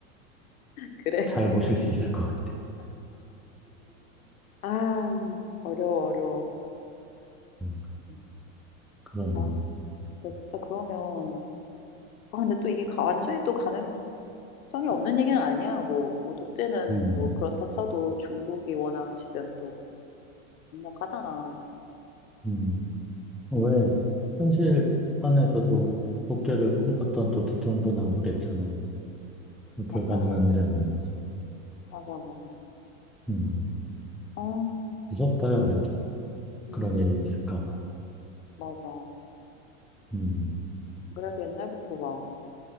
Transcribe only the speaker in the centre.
잘 모실 수 있을 것 같아.
음,
그러네.
음,
음. 어,
왜, 현실판에서도 독재를
꿈꿨던 또 대통령도 나오고 그랬잖아. 음, 불가능한
일은 아니지.
음,
무섭다야, 그래도.
그런 일이 있을까 봐.
음,